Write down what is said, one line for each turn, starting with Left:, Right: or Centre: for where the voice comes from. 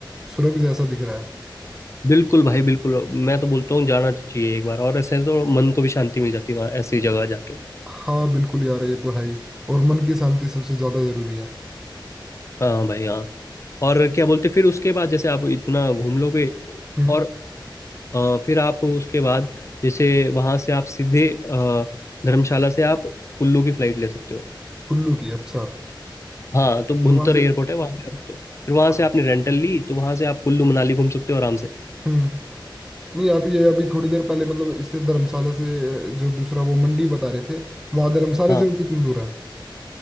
Centre: स्वर्ग जैसा दिख रहा है
Left: बिल्कुल भाई बिल्कुल मैं तो बोलता हूँ जाना चाहिए एक बार और ऐसे तो मन को भी शांति मिल जाती है वहाँ ऐसी जगह जाके
Centre: हाँ बिल्कुल यार ये तो है ही और मन की शांति सबसे ज्यादा जरूरी है
Left: हाँ भाई हाँ और क्या बोलते फिर उसके बाद जैसे आप इतना घूम लोगे
Centre: हम्म
Left: और अ, फिर आप उसके बाद जैसे वहाँ से आप सीधे अ, धर्मशाला से आप कुल्लू की फ्लाइट ले सकते हो
Centre: कुल्लू की अच्छा
Left: हाँ तो भुंतर
Centre: वहां से
Left: एयरपोर्ट है वहां पे आप तो फिर वहां
Centre: हाँ।
Left: से आपने रेंटल ली तो वहां से आप कुल्लू मनाली घूम सकते हो आराम से
Centre: हम्म नहीं आप ये अभी थोड़ी देर पहले मतलब इससे धर्मशाला से अ, जो दूसरा वो मंडी बता रहे थे वहां धर्मशाला
Left: हाँ
Centre: से वो कितनी दूर है